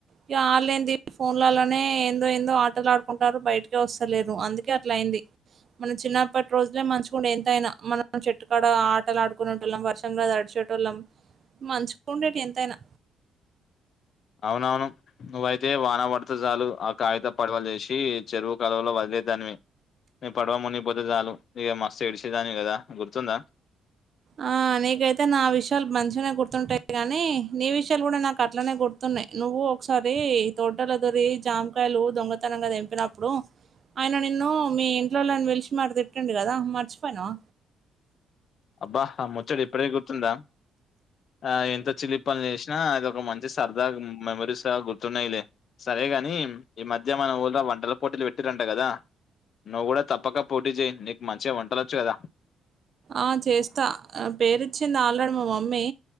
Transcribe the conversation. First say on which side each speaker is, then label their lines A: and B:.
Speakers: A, on the right; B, on the left.
A: ఇక ఆన్లైన్ ది ఫోన్లల్ల్లేనే ఏందో ఏందో ఆటలు ఆడుకుంటారు బయటకే వస్తలేరు అందుకే అట్లా అయింది. మనం చిన్నప్పటి రోజులే మంచికుండే ఎంతయినా మనం చెట్టుకాడ ఆటలు ఆడుకునేంటోల్లం వర్షంలో దాడిశే ట్టలం మంచిగా ఉండేటి ఎంతైనా
B: అవునవును నువ్వైతే వాన పడితే చాలు ఆ కాగిత పడవలు జేసి చెరువు కలువలో వదిలే దానివి. నీ పడవ మునిగిపోతే చాలు ఇక మస్తు ఎడిచేదానివి గదా గుర్తుందా
A: ఆ నీకైతే నా విషయాలు మంచిగానే గుర్తుంటాయి గాని నీ విషయాలు కూడా నాకు అట్లనే గుర్ తున్నాయి నువ్వు ఒకసారి తోటలా దొరి జామకాయలు దొంగతనంగా తెంపినప్పుడు ఆయన నిన్ను మీ ఇంట్లోల్లోని పిలిచి మరి తిట్టిండు కదా మర్చిపోయినవా
B: అబ్బా అ ముచ్చట ఇప్పుడే గుర్తుందా ఆ ఎంత చిలిపనులు చేసినా అది ఒక మంచి సరదా మె మెమోరీస్ లాగా గుర్తున్నాయిలే సరేగాని ఈ మధ్య మన ఊర్లో వంటల పోటీలు పెట్టిరంట గదా నువ్వు కూడా తప్పక పోటీ చేయి నీకు మంచిగా వంటలొచ్చు గదా
A: ఆ చేస్తా ఆ పేరిచ్చింది ఆల్రెడి మా మమ్మీ